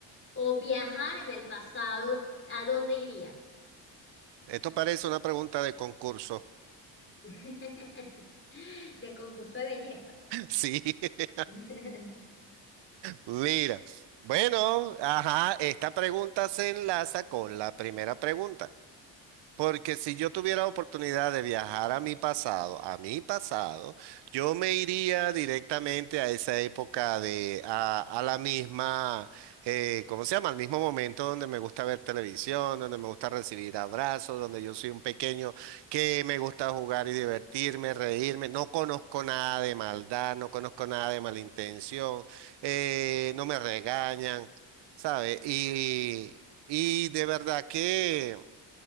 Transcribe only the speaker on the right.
Esto parece una pregunta de concurso.
<laughs> Sí, <laughs>
mira. Bueno, ajá, esta pregunta se enlaza con la primera pregunta. Porque si yo tuviera oportunidad de viajar a mi pasado, a mi pasado, yo me iría directamente a esa época de, a, a la misma, eh, ¿cómo se llama? Al mismo momento donde me gusta ver televisión, donde me gusta recibir abrazos, donde yo soy un pequeño que me gusta jugar y divertirme, reírme. No conozco nada de maldad, no conozco nada de malintención, eh, no me regañan, ¿sabes? Y, y de verdad que...